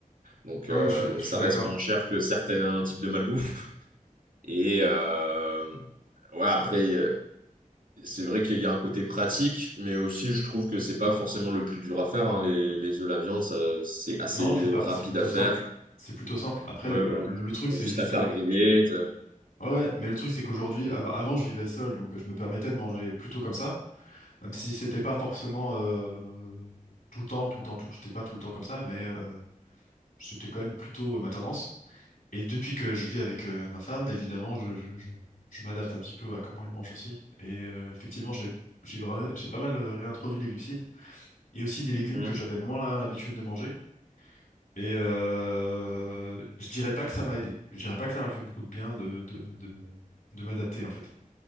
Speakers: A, on the right; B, on the left.
A: Donc,
B: Non,
A: euh,
B: mais je, suis
A: donc
B: je suis
A: ça
B: d'accord.
A: reste moins cher que certains types de malbouffe. Et. euh, Ouais, après. C'est vrai qu'il y a un côté pratique, mais aussi je trouve que c'est pas forcément le plus dur à faire. hein. Les, les œufs, la viande, ça, c'est assez
B: Non, c'est pas,
A: rapide
B: c'est plutôt
A: à faire.
B: simple. C'est plutôt simple. Après,
A: Ouais,
B: le,
A: voilà.
B: le- le truc,
A: T'as
B: c'est
A: juste
B: juste
A: à faire
B: que
A: griller.
B: Ouais, ouais, mais le truc, c'est qu'aujourd'hui, av- avant, je vivais seul, donc euh, je me permettais de manger plutôt comme ça, même si c'était pas forcément euh, tout le temps, tout le temps, tout, j'étais pas tout le temps comme ça, mais euh, c'était quand même plutôt euh, ma tendance. Et depuis que je vis avec euh, ma femme, évidemment, je, je, je, je m'adapte un petit peu à comment elle mange aussi. Et euh, effectivement, j'ai, j'ai, vra- j'ai pas mal euh, réintroduit les glucides et aussi des légumes
A: t'as-
B: que j'avais moins l'habitude de manger. Et euh, je dirais pas que ça m'a aidé. Je dirais pas que ça m'a fait beaucoup de bien de, de, de, de m'adapter, en fait.